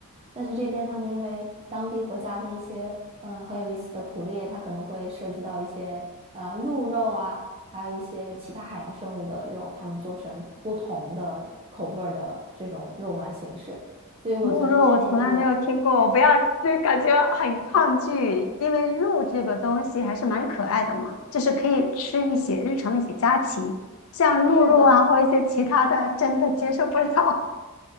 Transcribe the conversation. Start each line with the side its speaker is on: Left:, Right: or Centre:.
Right: 但是这边他们因为当地国家的一些嗯，很有意思的捕猎，它可能会涉及到一些呃鹿肉啊，还有一些其他海洋生物的肉，他们做成不同的口味儿的这种肉丸形式。所以我觉得这点对我来，
Left: 鹿肉我从来没有听过，我不要，就感觉很抗拒，因为鹿这个东西还是蛮可爱的嘛，就是可以吃一些日常的一些佳肴，像鹿肉啊或一些其他的，
Right: 是的，
Left: 真的接受不了。<laughs>